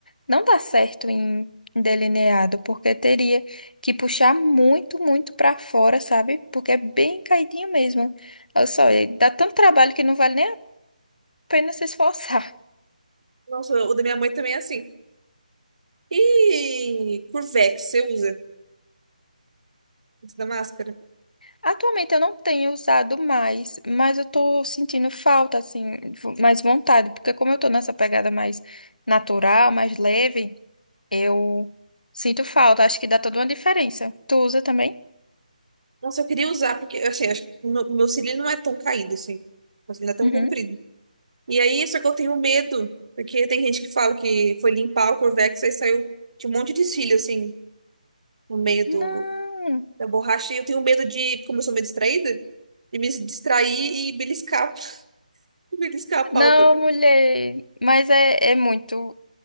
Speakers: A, on the left; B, on the right.
A: não dá certo em em delineado, porque teria que puxar muito, muito para fora, sabe? Porque é bem caidinho mesmo. Olha só, e dá tanto trabalho que não vale nem a pena se esforçar.
B: Nossa, o da minha mãe também é assim. E Curvex, você usa esse da máscara?
A: Atualmente eu não tenho usado mais, mas eu tô sentindo falta, assim, vo- mais vontade, porque como eu tô nessa pegada mais natural, mais leve, eu sinto falta. Acho que dá toda uma diferença. Tu usa também?
B: Nossa, eu queria usar, porque assim, acho que o meu, meu cílio não é tão caído assim. Meu cílio é tão
A: Uhum.
B: comprido. E aí, só que eu tenho medo, porque tem gente que fala que foi limpar o Curvex, aí saiu de um monte de cílio, assim, no meio
A: Não,
B: do, da borracha. E eu tenho medo de, como eu sou meio distraída, de me distrair e beliscar, <laughs> beliscar a pálpebra.
A: não, mulher. Mas é, é muito,